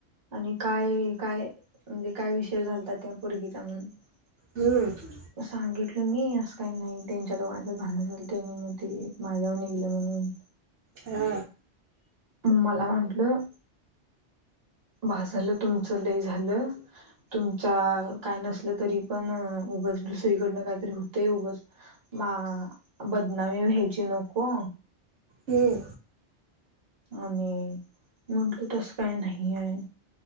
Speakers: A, on the right; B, on the right.
A: आणि काय काय म्हणजे काय विषय झालता त्या पोरगीचा म्हणून. तो
B: हम्म
A: सांगिल. तुम्ही असं काही नाही त्यांच्या दोघांच्यात भांडण झालं कि मग ते माझ्यावर निघलं म्हणून.
B: हो.
A: मला वाटलं. बास झालं तुमच लय झालं तुमचा काय नसल तरी पण. उगचं दुसरीकडनं काहीतरी हुतंय उगच मा बदनामी व्हायची नको.
B: हम्म
A: आणि म्हटलं तस काय नाही आहे.